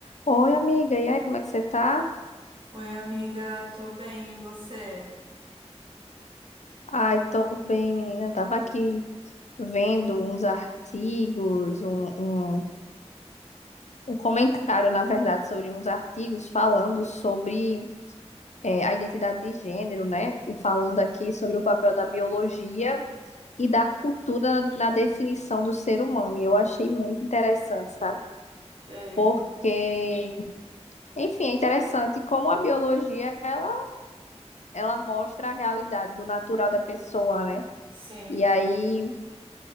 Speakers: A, on the left; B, on the right.
A: Oi, amiga. E aí, como é que você tá?
B: Oi, amiga, tô bem, e você?
A: Ai, tô bem, menina. Tava aqui vendo uns artigos, um, um, um comentário, na verdade, sobre uns artigos falando sobre eh, a identidade de gênero, né? E falando aqui sobre o papel da biologia e da cultura na definição do ser humano. E eu achei muito interessante, sabe?
B: Tem,
A: Porque, enfim, é interessante como a biologia, ela, ela mostra a realidade do natural da pessoa, né?
B: sim.
A: E aí